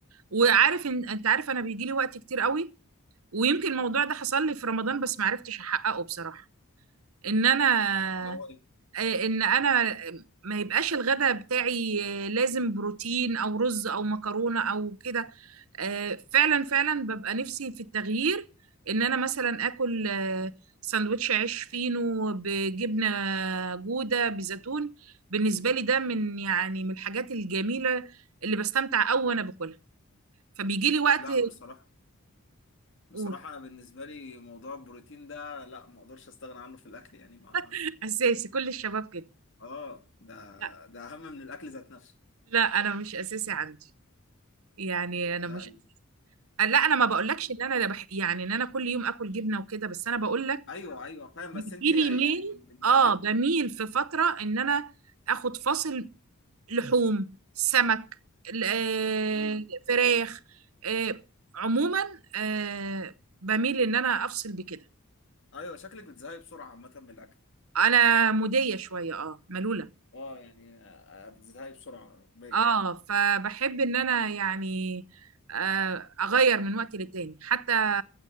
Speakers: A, on the right; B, on the left.
A: وعارف ان انت عارف انا بيجي لي وقت كتير قوي ويمكن الموضوع ده حصل لي في رمضان بس ما عرفتش احققه بصراحه ان انا
B: اللي هو ايه
A: آه، ان انا ما يبقاش الغدا بتاعي آه، لازم بروتين او رز او مكرونه او كده آه، فعلا فعلا ببقى نفسي في التغيير ان انا مثلا اكل آه، سندوتش عيش فينو بجبنه جوده بزيتون بالنسبه لي ده من يعني من الحاجات الجميله اللي بستمتع قوي وانا باكلها فبيجي لي وقت
B: لا بصراحة بصراحة
A: اقول
B: انا بالنسبة لي موضوع البروتين ده لا ما اقدرش استغنى عنه في الاكل يعني ما
A: <laughs> اساسي كل الشباب كده
B: اه ده
A: لا
B: ده اهم من الاكل ذات نفسه
A: لا انا مش اساسي عندي يعني انا
B: لا
A: مش
B: ال...
A: لا انا ما بقولكش
B: ال-
A: ان انا بح... يعني ان انا كل يوم اكل جبنه وكده بس انا بقول لك
B: ايوه ايوه فاهم
A: بيجي
B: بس انت يعني
A: لي ميل
B: من
A: اه
B: وقت
A: بميل في فتره ان انا اخد فاصل لحوم سمك ال- آه،
B: امم
A: فراخ آه، عموما آه، بميل ان انا افصل بكده
B: ايوه شكلك بتزهقي بسرعة عامة من الاكل
A: انا مودية شوية اه ملولة
B: اه يعني آه، بتزهقي بسرعة باين
A: اه فبحب ان انا يعني آه، اغير من وقت للتاني حتى